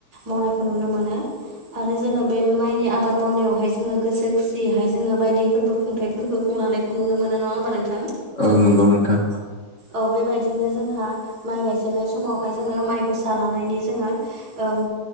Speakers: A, on the right; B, on the left.
A: मावनायखौ नुनो मोनो। आरो जोङो बे माइनि आबाद मावनायावहाय जोङो गोसो खुसियैहाय जोङो बायदि फोरबो खुंथाइ फोरबो खुंलांनायखौ नुनो मोनो नङा होमबा नोंथां।
B: औ नंगौ नोंथां।
A: औ बेबायदिनो जोंहा माइ गायजेननाय समावहाय जोङो माइ गसा लानायनि जोङो ओ